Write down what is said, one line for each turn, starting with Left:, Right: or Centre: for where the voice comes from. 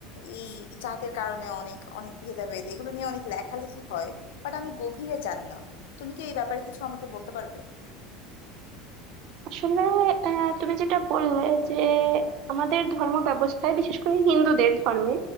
Left: এই জাতের কারণে অনেক অনেক ভেদাভেদ এগুলো নিয়ে অনেক লেখালেখি হয় বাট আমি গভীরে জানি না তুমি কি এই ব্যাপারে কিছু আমাকে বলতে পারবে
Right: আসলে আহ, তুমি যেটা বললে যে আমাদের ধর্ম ব্যবস্থায় বিশেষ করে হিন্দুদের ধর্মে